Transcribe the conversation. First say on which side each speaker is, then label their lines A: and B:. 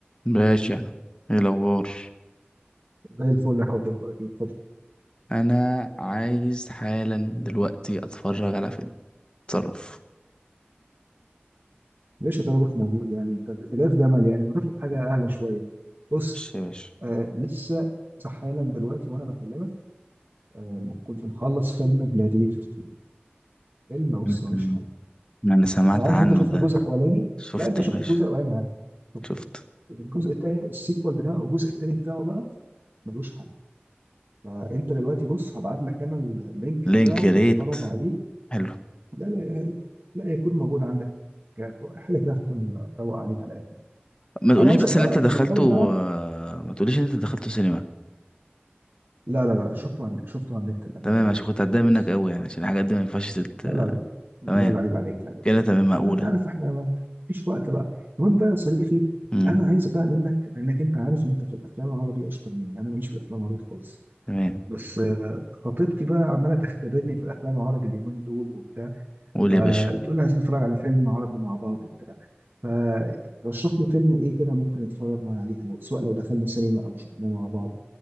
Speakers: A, on the left; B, on the right.
A: باشا ايه الاخبار
B: زي الفل يا حبيبي اخبارك ايه اتفضل
A: انا عايز حالا دلوقتي اتفرج على فيلم اتصرف
B: ليش طلبك موجود يعني انت انت جاي في جمل يعني بطلب حاجه اعلى شويه بص
A: ماشي يا باشا
B: آه لسه لسه حالا دلوقتي وانا بكلمك آه كنت مخلص فيلم جلاديتور 2 فيلم بص
A: أمم.
B: ملوش حل
A: انا سمعت
B: انا عارف
A: عنه
B: انت شفت
A: ده
B: الجزء الاولاني
A: شفت
B: لا انت
A: يا
B: شفت
A: باشا
B: الجزء الاولاني عارف شفته
A: شفت
B: الجزء الثاني السيكوال بتاعه والجزء الثاني بتاعه بقى ملوش حل فانت دلوقتي بص هبعت لك انا اللينك
A: لينك
B: بتاعه
A: ريت
B: اتفرج عليه
A: حلو
B: لا لا يعني لا يكون موجود عندك حاجه كده هتكون روق عليك على الاخر
A: ما تقوليش
B: انا عايزك
A: بس
B: بقى
A: ان انت دخلته
B: في المقابل بقى
A: آه، ما تقوليش ان انت دخلته سينما
B: لا لا لا شفته عن شفته على النت الامانه
A: تمام
B: ما
A: عشان
B: خدتوش
A: كنت هتضايق
B: خالص
A: منك قوي يعني عشان الحاجات دي ما ينفعش تت...
B: لا لا لا لا
A: تمام
B: لا لا عيب عليك لا لا
A: كده
B: لا
A: تمام مقولة
B: لا، انت عارف احنا ما فيش وقت بقى المهم بقى يا صديقي
A: امم
B: انا عايز بقى منك انك انت عارف انت في الافلام العربي اشطر مني انا ماليش في الافلام العربي خالص
A: تمام
B: بس آه، خطيبتي بقى عماله تختبرني في الافلام العربي اليومين دول وبتاع
A: قول
B: فبتقول
A: يا باشا
B: لي عايزين نتفرج على فيلم عربي مع بعض وبتاع فرشح لي فيلم ايه كده ممكن اتفرج معاه عليها لو سواء لو دخلنا سينما او شفناه مع بعض